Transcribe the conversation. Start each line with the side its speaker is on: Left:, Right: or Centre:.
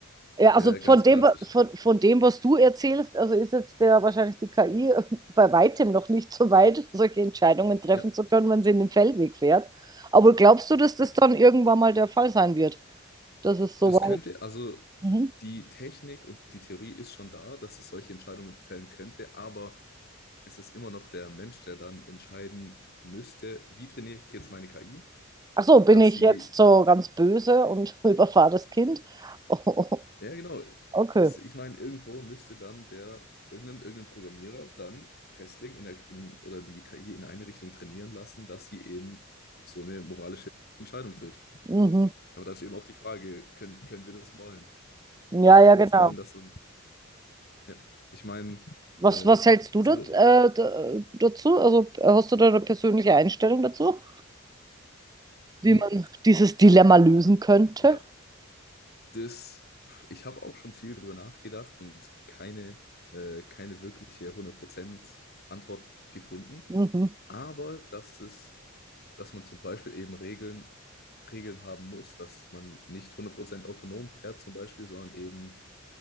Right: Ja, also
Left: Ja, der ganz
Right: von dem,
Left: klassisch.
Right: wa- von, von dem, was du erzählst, also ist jetzt der wahrscheinlich die KI <laughs> bei weitem noch nicht so weit, solche Entscheidungen treffen
Left: Ja.
Right: zu können, wenn sie in den Feldweg fährt. Aber glaubst du, dass das
Left: ja.
Right: dann irgendwann mal der Fall sein wird? Das ist so
Left: Das
Right: weit.
Left: könnte, also
Right: Mhm.
Left: die Technik und die Theorie ist schon da, dass es solche Entscheidungen fällen könnte, aber es ist immer noch der Mensch, der dann entscheiden müsste, wie trainiere ich jetzt meine KI,
Right: Ach so, bin
Left: dass
Right: ich
Left: sie,
Right: jetzt so ganz böse und <laughs> überfahre das Kind? <laughs> Oh,
Left: ja genau,
Right: okay.
Left: es, ich meine, irgendwo müsste dann der, irgendein, irgendein Programmierer dann Fastlink in der, in, oder die KI in eine Richtung trainieren lassen, dass sie eben so eine moralische Entscheidung trifft.
Right: Mhm.
Left: Aber dann ist eben auch die Frage, können, können wir das wollen?
Right: Ja,
Left: Können
Right: ja, genau.
Left: wir das wollen, dass so ein Ja, ich meine,
Right: Was,
Left: äh,
Right: was hältst du
Left: so,
Right: dat, äh, da, dazu? Also äh, hast du da eine persönliche Einstellung dazu, wie
Left: mh,
Right: man dieses Dilemma lösen könnte?
Left: ja, das, pf, ich habe auch schon viel drüber nachgedacht und keine, äh, keine wirkliche 100% Antwort gefunden.
Right: Mhm.
Left: Aber dass es, dass man zum Beispiel eben Regeln, Regeln haben muss, dass man nicht 100% autonom fährt zum Beispiel, sondern eben